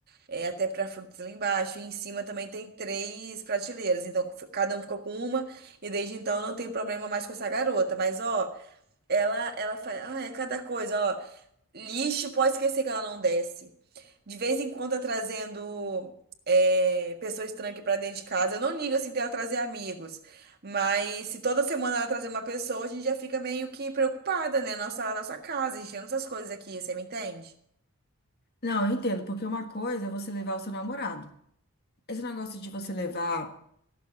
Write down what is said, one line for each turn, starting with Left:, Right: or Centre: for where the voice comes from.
Right: é, até para frutas lá embaixo. E em cima também tem três prateleiras. Então, f- cada um ficou com uma. E desde então não tem problema mais com essa garota. Mas, ó, ela, ela faz. Ah, é cada coisa, ó. Lixo, pode esquecer que ela não desce. De vez em quando tá trazendo é, pessoa estranha aqui pra dentro de casa. Eu não ligo assim dela trazer amigos. Mas se toda semana ela trazer uma pessoa, a gente já fica meio que preocupada, né? Nossa, nossa casa, enchendo essas coisas aqui, você me entende?
Left: Não, eu entendo, porque uma coisa é você levar o seu namorado. Esse negócio de você levar.